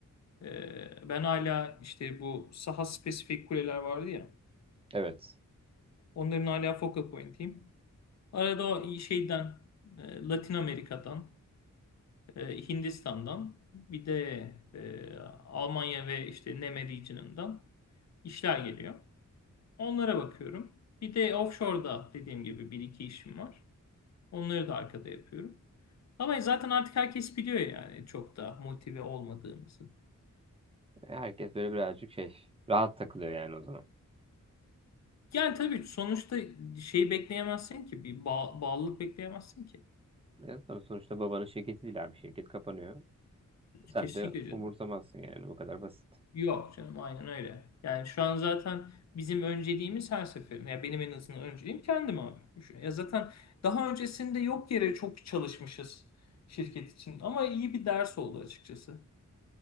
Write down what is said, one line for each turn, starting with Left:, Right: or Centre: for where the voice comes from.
Left: Ee, ben hala işte bu saha spesifik kuleler vardı ya.
Right: Evet.
Left: Onların hala focal point'iyim. Arada o şeyden e, Latin Amerika'dan, e, Hindistan'dan bir de e, Almanya ve işte NEME region'ından işler geliyor. Onlara bakıyorum. Bir de offshore'da dediğim gibi bir iki işim var. Onları da arkada yapıyorum. Ama zaten artık herkes biliyor yani çok da motive olmadığımızı.
Right: Herkes böyle birazcık şey rahat takılıyor yani o zaman.
Left: Yani tabii sonuçta şeyi bekleyemezsin ki. Bir bağ- bağlılık bekleyemezsin ki.
Right: Ya tabii sonuçta babanın şirketi değil abi. Şirket kapanıyor. Sen
Left: Kesinlikle
Right: de
Left: canım.
Right: umursamazsın yani. Bu kadar basit.
Left: Yok canım aynen öyle. Yani şu an zaten bizim önceliğimiz her seferinde. Ya benim en azından önceliğim kendim abi. Şu- Ya zaten daha öncesinde yok yere çok çalışmışız şirket için. Ama iyi bir ders oldu açıkçası.